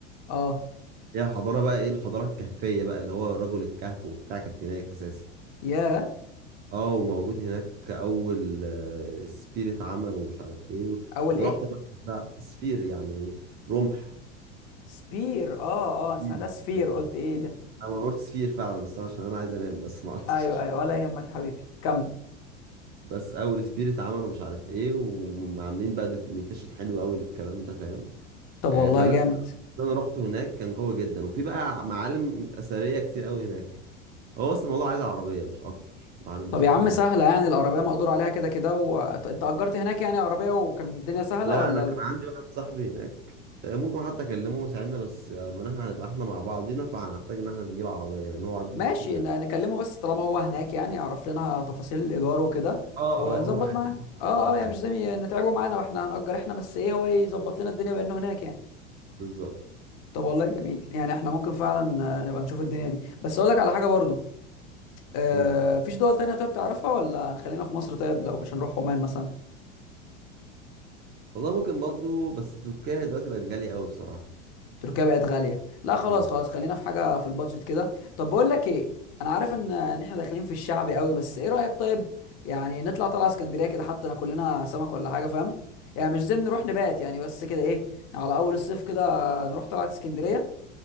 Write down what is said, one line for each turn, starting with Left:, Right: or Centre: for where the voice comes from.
Left: اه
Right: هي حضارة بقى ايه الحضارة الكهفية بقى اللي هو رجل الكهف وبتاع كانت هناك اساسا
Left: ياه
Right: اه وموجود هناك اول آه، سفيرة عمل ومش عارف ايه و...
Left: اول
Right: انا
Left: ايه
Right: رحت المتحف ده سفير يعني رمح
Left: سبير اه
Right: سفير
Left: اه انا سمعتها سفير
Right: آه.
Left: قلت ايه ده
Right: انا قلت سفير فعلا بس عشان انا عايز انام بس <laughs> معلش
Left: ايوه ايوه ولا يهمك يا حبيبي كمل
Right: بس اول سفير اتعمل ومش عارف ايه وعاملين بقى دوكيومنتيشن حلو قوي للكلام ده فاهم
Left: طب والله
Right: آه، فلا
Left: جامد
Right: اللي انا رحت هناك كان قوي جدا وفي بقى معالم اثريه كتير قوي هناك هو بس الموضوع عايز عربيه مش اكتر وهننبسط
Left: طب يا
Right: قوي
Left: عم سهلة
Right: هناك
Left: يعني العربية مقدور عليها كده كده و... ط- انت أجرت هناك يعني عربية وكان الدنيا سهلة
Right: لا
Left: ولا
Right: انا كان
Left: ال...
Right: عندي واحد صاحبي هناك آه، ممكن حتى اكلمه يساعدنا بس آه، من احنا هنبقى احنا مع بعضينا فهنحتاج ان احنا نجيب عربيه يعني إن هو عربيته
Left: ماشي
Right: مش كبيره
Left: ن-
Right: قوي
Left: نكلمه بس طالما هو هناك يعني يعرف لنا تفاصيل الإيجار وكده
Right: اه
Left: ونظبط
Right: اه هو هيظبط
Left: معاه اه
Right: كل حاجه
Left: اه يعني مش زي نتعبه معانا واحنا هنأجر احنا بس ايه هو يظبط لنا الدنيا بأنه هناك يعني
Right: بالظبط
Left: طب والله جميل يعني احنا ممكن فعلا آه، نبقى نشوف الدنيا دي بس اقول لك على حاجة برضو آه،
Right: قول
Left: فيش دول تانية طيب تعرفها ولا هنخلينا في مصر طيب لو مش هنروح عمان مثلا
Right: والله ممكن برضو بس تركيا دلوقتي بقت غاليه قوي بصراحه
Left: تركيا بقت غالية لا خلاص
Right: اه
Left: خلاص خلينا في حاجة في البادجت كده طب بقول لك ايه انا عارف ان ان احنا داخلين في الشعب قوي بس ايه رأيك طيب يعني نطلع طلعة اسكندرية كده حتى ناكل لنا سمك ولا حاجة فاهم يعني مش زم نروح نبات يعني بس كده ايه على اول الصيف كده نروح طلعة اسكندرية